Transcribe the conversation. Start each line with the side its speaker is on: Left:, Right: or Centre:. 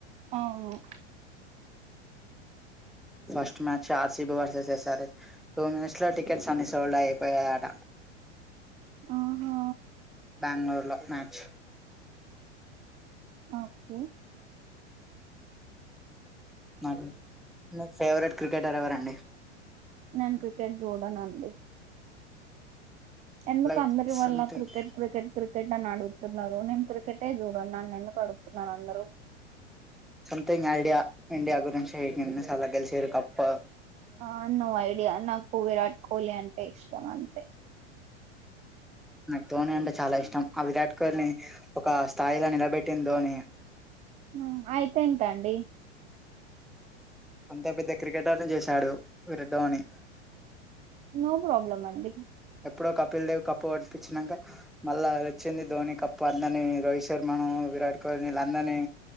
Right: అవును
Centre: first match RCB versus S R H two minutes లో టికెట్స్ అన్ని సోల్డ్ అయిపోయాట
Right: ఆహా
Centre: బెంగళూరు లో మ్యాచ్
Right: ఓకే
Centre: నాకు నీకు ఫేవరెట్ క్రికెటర్ ఎవరండి
Right: నేను క్రికెట్ చూడనండి ఎందుకు
Centre: లైక్
Right: అందరి వాళ్ళ
Centre: సంథింగ్
Right: క్రికెట్ క్రికెట్ క్రికెట్ నన్ను అడుగుతున్నారు నేను క్రికెటే చూడన్ ఎందుకు అడుగుతున్నారు అందరు
Centre: సమ్థింగ్ ఐడియా ఇండియా గురించీ ఎన్ని సార్లు గెలిసేరు కప్పు
Right: ఆ నో ఐడియా నాకు విరాట్ కోహ్లీ అంటే ఇష్ ఇష్టం అంతే
Centre: నాకు ధోని అంటే చాలా ఇష్టం ఆ విరాట్ కోహ్లీ ఒక స్థాయిలో నిలబెట్టింది ధోని.
Right: హ్మ్ అయితే ఏంటండి
Centre: అంత పెద్ద క్రికెటర్ని చేశాడు వీర ధోని
Right: నో ప్రాబ్లమ్ అండి
Centre: ఇప్పుడో కపిల్ దేవ్ కప్పు కొట్టిపించ్నాకా మళ్ళా వచ్చింది ధోని కప్పు అందరినీ రోహిత్ శర్మను విరాట్ కోహ్లీళ్ళందరినీ